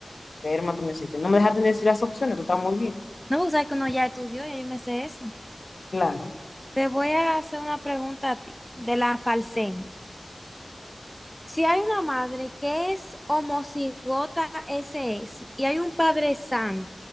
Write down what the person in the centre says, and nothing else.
No, porque sabes que uno ya estudió, ya yo me sé eso.
Te voy a hacer una pregunta a ti, de la falsemia. Si hay una madre que es homocigota SS y hay un padre sano,